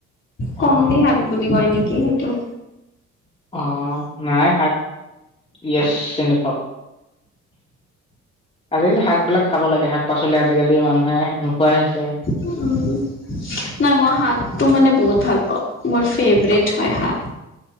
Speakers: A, on the left (about 40°); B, on the left (about 20°).
A: কমলি
B: অ'
A: শাক নে বুলি কয় নেকি সেইটো হ
B: অ নাই শাক য়েছ চিনি পাও। আজিকালি শাক বিলাক খাব লাগে শাক পাচলি আজিকালি মানুহে নোখোৱাই হৈছে।
A: উম। নাই মই শাকটো মানে বহুত ভাল পাওঁ মোৰ ফেভৰেট হয় শাক।